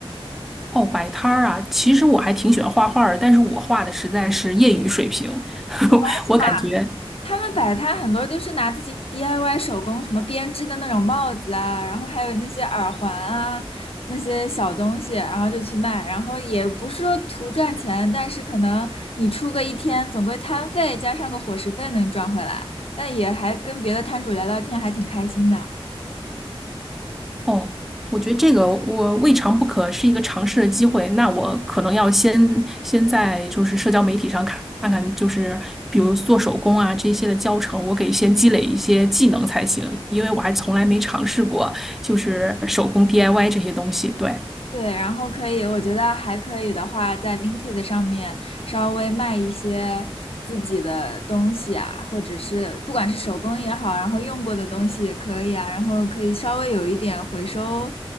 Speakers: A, in the centre; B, on the left (about 70°).
A: 哦，摆摊儿啊，其实我还挺喜欢画画儿的，但是我画的实在是业余水平，<laughs>
B: 还行吧。
A: 我感觉。
B: 他们摆摊很多就是拿自己 DIY 手工什么编织的那种帽子啊，然后还有那些耳环啊，那些小东西，然后就去卖，然后也不是说图赚钱，但是可能你出个一天，总归摊费加上个伙食费能赚回来，那也还跟别的摊主聊聊天，还挺开心的。
A: 哦，我觉得这个我未尝不可是一个尝试的机会。那我可能要先先在就是社交媒体上看看看，就是比如做手工啊这些的教程，我给先积累一些技能才行，因为我还从来没尝试过就是手工 DIY 这些东西。对。
B: 对，然后可以，我觉得还可以的话，在 Vinted 上面稍微卖一些自己的东西啊，或者是不管是手工也好，然后用过的东西也可以啊，然后可以稍微有一点回收，